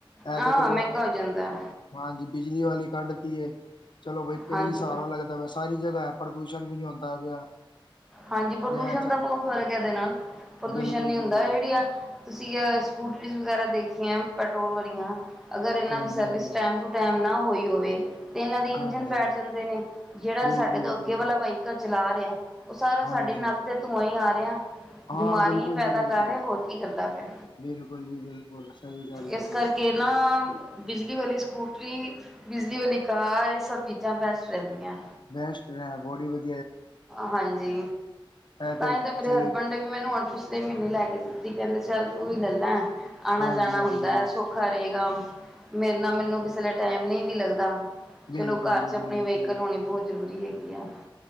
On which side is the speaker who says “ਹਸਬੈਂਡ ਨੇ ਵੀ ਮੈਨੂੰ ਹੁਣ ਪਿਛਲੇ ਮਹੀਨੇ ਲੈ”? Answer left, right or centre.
Centre